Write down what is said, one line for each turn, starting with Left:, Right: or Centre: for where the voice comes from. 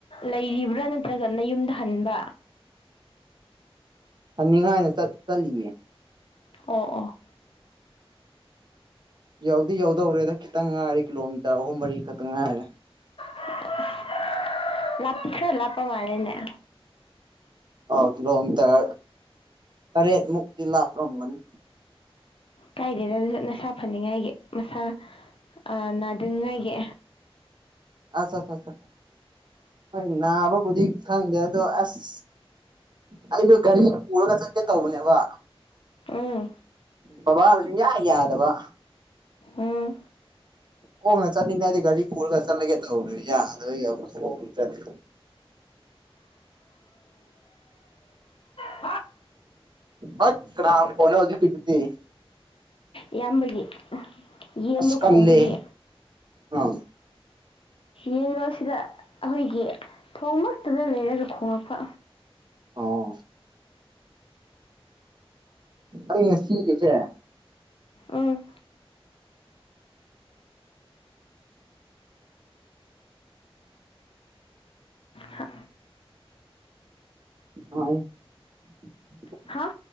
Left: ꯂꯩꯔꯤꯕ꯭ꯔꯥ ꯅꯠꯇ꯭ꯔꯒ ꯅꯌꯨꯝꯗ ꯍꯟꯕ
Right: ꯐꯅꯤꯡꯉꯥꯏꯅ ꯆꯠ ꯆꯠꯂꯤꯌꯦ꯫
Left: ꯑꯣ ꯑꯣ
Right: ꯌꯧꯗꯤ ꯌꯧꯗꯧꯔꯦꯗ ꯈꯤꯇꯪ ꯉꯥꯏꯔꯦ ꯀꯤꯂꯣꯃꯤꯇꯔ ꯑꯍꯨꯝ ꯃꯔꯤ ꯈꯇꯪ ꯉꯥꯏꯔꯦ꯫
Left: ꯑꯁ ꯂꯥꯞꯇꯤ ꯈꯔ ꯂꯥꯞꯄ ꯃꯥꯂꯤꯅꯦ꯫
Right: ꯑꯥꯎ ꯀꯤꯂꯣꯃꯤꯇꯔ ꯇꯔꯦꯠ ꯃꯨꯛꯇꯤ ꯂꯥꯞꯔꯝꯒꯅꯤ꯫
Left: ꯀꯥꯏꯗꯦꯗ ꯑꯗꯨꯁꯨ ꯅꯁꯥ ꯐꯅꯤꯡꯉꯥꯏꯒꯤ ꯃꯁꯥ ꯑꯥ ꯅꯥꯗꯅꯤꯡꯉꯥꯏꯒꯤ꯫
Right: ꯑꯆꯥ ꯆꯆꯥ ꯍꯣꯏ ꯅꯥꯕꯕꯨꯗꯤ ꯈꯪꯗꯦ ꯑꯗꯣ ꯑꯁ ꯑꯩꯗꯣ ꯒꯥꯔꯤ ꯄꯨꯔꯒ ꯆꯠꯀꯦ ꯇꯧꯕꯅꯦꯕ꯫
Left: ꯎꯝ
Right: ꯕꯕꯥꯅ ꯁꯨꯡꯌꯥ ꯌꯥꯗꯕ꯫
Left: ꯎꯝ
Right: ꯈꯣꯡꯅ ꯆꯠꯅꯤꯡꯉꯗꯤ ꯒꯥꯔꯤ ꯄꯨꯔꯒ ꯆꯠꯂꯒꯦ ꯇꯧꯕꯅꯤ ꯌꯥꯗꯕꯩ ꯑꯗꯨ ꯈꯣꯡꯅ ꯆꯠꯂꯤ꯫
Left: ꯑꯣ
Right: ꯍꯠ ꯀꯅꯥ ꯃꯈꯣꯜꯅꯣ ꯍꯧꯖꯤꯛꯀꯤꯗꯨꯗꯤ꯫
Left: ꯏꯌꯥꯝꯕꯒꯤ ꯌꯦꯟꯗꯣ
Right: ꯑꯁ ꯀꯜꯂꯦꯍꯦ
Left: ꯈꯣꯡꯕꯒꯤ꯫
Right: ꯑꯥ
Left: ꯌꯦꯟꯗꯣ ꯑꯁꯤꯗ ꯑꯈꯣꯏꯒꯤ ꯊꯣꯡꯃꯛꯇꯗ ꯂꯩꯔꯒ ꯈꯣꯡꯂꯛꯄ꯫
Right: ꯑꯣ ꯑꯩ ꯉꯁꯤꯒꯤꯖꯦ
Left: ꯎꯝ ꯍꯥ
Right: <unintelligible>
Left: ꯍꯥ